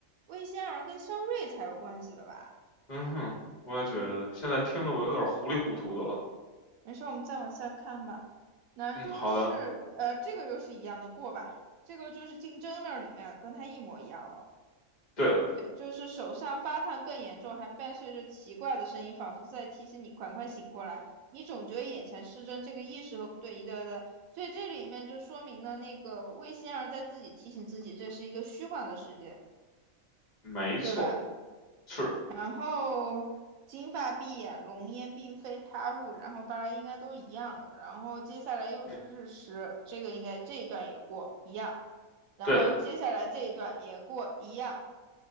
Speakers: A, on the right; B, on the left.
A: 魏仙儿跟肖瑞才有关系的吧？
B: 嗯哼，我也觉得现在听的我有点糊里糊涂的了。
A: 没事，我们再往下看吧。南中是，
B: 嗯，好的，
A: 呃，这个又是一样的过吧？这个就是竞争那里面跟他一模一样了。
B: 对的，
A: 对，就是手上发烫更严重，还伴随着奇怪的声音，仿佛在提醒你赶快醒过来。你总觉得眼前失真，这个意识和不对一的对。所以这里面就说明了那个魏仙儿在自己提醒自己，这是一个虚幻的世界，
B: 没错，
A: 对吧？
B: 是的，
A: 然后金发碧眼，浓烟并非他物，然后巴拉应该都是一样的。然后接下来又是日食，
B: 没
A: 这个应该这一段也过一样，然后接下来这一段也过一样。
B: 对的，